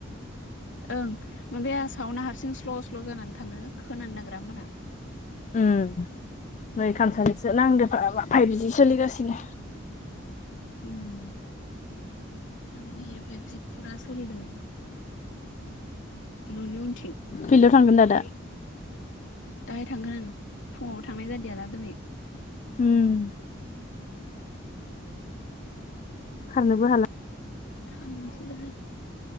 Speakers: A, on the left; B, on the left.
A: ओं माबाया सावना हारसिं स्ल स्ल जानानै थाङो खोनानो नागि <unintelligible>
B: उम नै खामसालिखिसो नांदो फाइभजि सोलिगासिनो
A: उम <unintelligible> फाइभजि फुरा सोलिदों न'नि उनथिं
B: फिल्डआव थांगोनदा दा
A: दाहाय थांगोन आं फुङावबो थांनाय जादिया ना दिनै
B: उम खारनोबो हाला
A: थांनोसैहाय